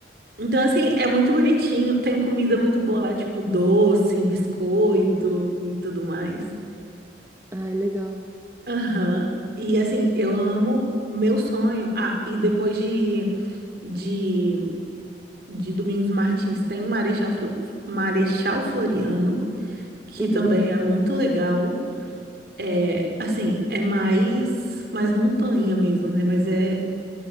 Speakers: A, on the right; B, on the right.
A: Então, assim, é muito bonitinho. Tem comida muito boa lá, tipo doce, biscoito
B: Uhum.
A: e tudo mais.
B: Ai, legal.
A: Aham. E, assim, eu amo meu sonho. Ah, e depois de, de, de Domingos Martins, tem Marechal, Fro- Marechal Floriano. que
B: Uhum,
A: também é muito legal. É, assim, é mais mais montanha mesmo, né? Mas é,